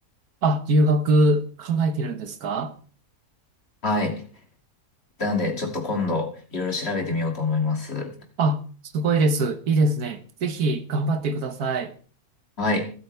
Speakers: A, on the right (about 70°); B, on the left (about 40°).
A: あ、留学考えてるんですか
B: はい。なので、ちょっと今度いろいろ調べてみようと思います。
A: あ、すごいです。いいですね。ぜひ頑張ってください。
B: はい。